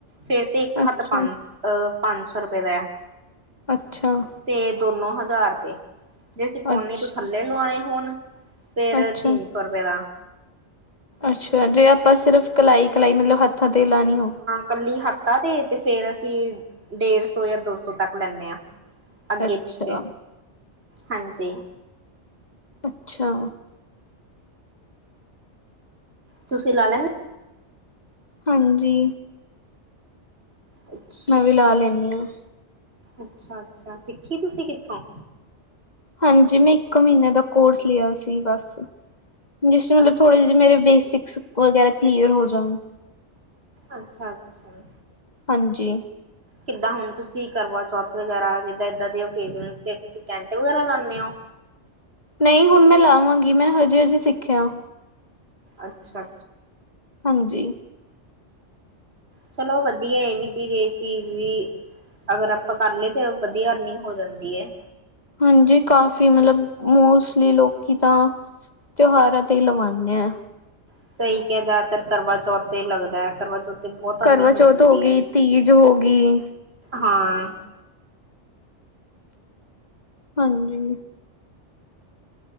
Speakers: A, on the right (about 60°); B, on the left (about 35°).
A: ਫੇਰ ਤੇ ਇਕ
B: ਅੱਛਾ,
A: ਹੱਥ ਪੰਜ ਅਹ, ਪੰਜ ਸੌ ਰੁਪਏ ਦਾ ਹੈ।
B: ਅੱਛਾ,
A: ਤੇ ਦੋਨੋ ਹਜ਼ਾਰ ਦੇ, ਜੇ ਅਸੀ ਕੋੋਹਨੀ
B: ਅੱਛਾ,
A: ਤੋਂ ਥੱਲੇ ਲਵਾਣੇ ਹੋਣ ਫੇਰ
B: ਅੱਛਾ।
A: ਤਿੰਨ ਸੌ ਰੁਪਏ ਦਾ।
B: ਅੱਛਾ, ਜੇ ਆਪਾਂ ਸਿਰਫ਼ ਕਲਾਈ-ਕਲਾਈ, ਮਤਲਬ ਹੱਥਾਂ ਤੇ ਲਾਉਣੀ ਹੋਵੇ?
A: ਕੱਲੀ ਹੱਥਾ ਤੇ, ਤੇ ਫੇਰ ਅਸੀਂ ਡੇਢ ਸੌ ਜਾਂ ਦੋ ਸੌ ਤੱਕ ਲੈਂਦੇ ਹਾਂ। ਅੱਗੇ
B: ਅੱਛਾ,
A: ਪਿੱਛੇ, ਹਾਂਜੀ।
B: ਅੱਛਾ
A: ਤੁਸੀਂ ਲਾ ਲੈਦੇ।
B: ਹਾਂਜੀ
A: ਅੱਛਾ
B: ਨੂੰ ਲਾ ਲੈਂਦੀ ਹਾਂ।
A: ਅੱਛਾ ਅੱਛਾ ਸਿੱਖੀ ਤੁਸੀਂ ਕਿੱਥੋਂ
B: ਹਾਂਜੀ ਮੈਂ ਇੱਕ ਮਹੀਨੇ ਦਾ ਕੋਰਸ ਲਿਆ ਸੀ ਬਸ। ਮੇਰੇ ਸਕੂਲ
A: ਅੱਛਾ
B: ਥੋੜੇ ਜਿਹੇ ਮੇਰੇ ਬੇਸਿਕਸ ਵਗੈਰਾ ਕਲੀਅਰ ਹੋ ਜਾਣ।
A: ਅੱਛਾ ਅੱਛਾ
B: ਹਾਂਜੀ
A: ਕਿੱਦਾਂ ਹੁਣ ਤੁਸੀਂ ਕਰਵਾ ਚੌਥ ਵਗੈਰਾ ਜਿੱਦਾਂ ਇੱਦਾਂ ਦੇ ਓਕੇਜਨ ਤੇ ਤੁਸੀਂ ਟੈਂਟ ਵਗੈਰਾ ਲਾਉਂਦੇ ਹੋ।
B: ਨਹੀਂ ਹੁਣ ਮੈਂ ਲਾਵਾਂਗੀ ਮੈਂ ਹਜੇ ਹਜੇ ਸਿੱਖਿਆ।
A: ਅੱਛਾ ਅੱਛਾ
B: ਹਾਂਜੀ
A: ਚਲੋ ਵਧੀਆ ਏ ਗਏ ਚੀਜ਼ ਵੀ ਅਗਰ ਆਪਾਂ ਕਰ ਲਏ ਤਾਂ ਵਧੀਆ ਅਰਨਿੰਗ ਹੋ ਜਾਂਦੀ ਹੈ।
B: ਹਾਂਜੀ ਕਾਫੀ ਮਤਲਬ ਮੋਸਟਲੀ ਲੋਕੀ ਤਾਂ ਤਿਉਹਾਰਾਂ ਤੇ ਹੀ ਲਵਾਉਂਨੇ ਹਾਂ
A: ਸਹੀ ਕਿਹਾ ਜ਼ਿਆਦਾਤਰ ਕਰਵਾ ਚੌਥ ਲੱਗਦਾ ਹੈ ਕਰਵਾ ਚੌਥ ਤੇ ਬਹੁਤ
B: ਕਰਵਾ
A: ਅਰਨਿੰਗ
B: ਚੌਥ
A: ਹੋ ਜਾਂਦੀ
B: ਗਈ,
A: ਆ,
B: ਤੀਜ ਹੋ ਗਈ,
A: ਹਾਂ।
B: ਹਾਂਜੀ।